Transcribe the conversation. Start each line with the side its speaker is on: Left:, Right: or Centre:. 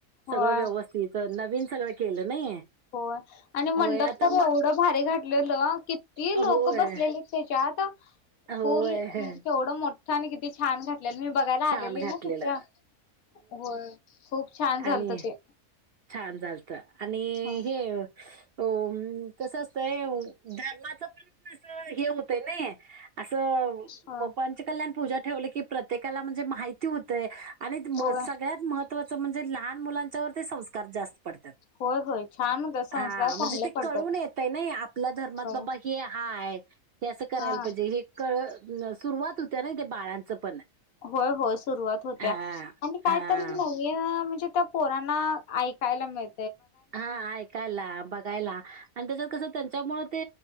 Left: होय
Right: सगळं व्यवस्थित नवीन सगळं केलं नाही
Left: हो आणि
Right: होय
Left: मंडप
Right: आता
Left: तर
Right: म-
Left: एवढं भारी घातलेलं किती
Right: होय,
Left: लोक बसलेली त्याच्यात
Right: होय.
Left: फूर केवढं किती छान <unintelligible> मी बघायला
Right: छान
Left: आलेली
Right: घातलेलं.
Left: ना तिथं? होय. खूप छान झालंत
Right: आणि
Left: ते.
Right: छान झालतं आणि
Left: ह
Right: <unintelligible> हे हो कसं असतंय धर्माचं पण असं हे हुतय नाई असं
Left: ह
Right: प पंचकल्याण पूजा ठेवलं की प्र एकेकाला म्हणजे माहिती होतंय. आणि द म
Left: होय
Right: सगळ्यात महत्त्वाचं म्हण जे लहान मुलांच्यावरती सं स्कार जास्त पडत्यात
Left: होय होय छान होत संस्कार
Right: हां
Left: चांगले
Right: म्हणजे ते
Left: पडतात
Right: कळून येतंय नाही आपल्या धर्मात
Left: होय
Right: बाबा हे हाय हे असं करायला
Left: हा
Right: पाहिजे हे कळ ल सुरुवात होत्या ना त्या बाळांचं पण?
Left: होय होय सुरुवात होत्या
Right: हा
Left: आणि कायतरी
Right: हा.
Left: नव्या तिथ पोरांना ऐकायला मिळ
Right: हा ऐकायला, बघायला. आणि त्याच्यात कसं त्यांच्यामुळे ते